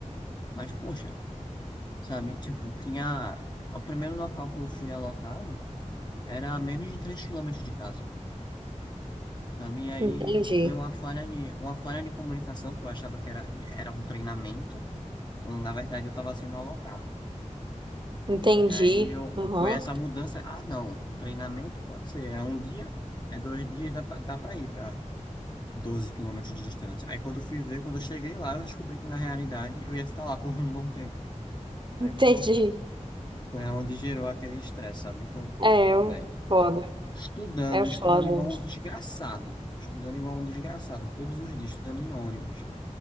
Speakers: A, on the left; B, on the right.
A: Mas, poxa, sabe, tipo, tinha... O primeiro local que eu fui alocado era a menos de 3 quilômetros de casa, sabe? E aí
B: Entendi.
A: foi uma falha de, uma falha de comunicação que eu achava que era, era um treinamento, quando na verdade eu estava sendo alocado.
B: Entendi.
A: E aí eu,
B: Aham.
A: foi essa
B: <laughs>
A: mudança. Ah, não, um treinamento pode ser. É um dia, é dois dias, dá pra, dá pra ir pra 12 quilômetros de distância. Aí quando eu fui ver, quando eu cheguei lá, eu descobri que na realidade eu ia ficar lá por <laughs> um bom tempo. Aí
B: Entendi.
A: pronto. Foi onde gerou aquele estresse, sabe? Então,
B: É,
A: pô,
B: eu-
A: velho,
B: foda.
A: estudando,
B: É foda.
A: estudando igual um desgraçado. Estudando igual um desgraçado, todos os dias, estudando em ônibus,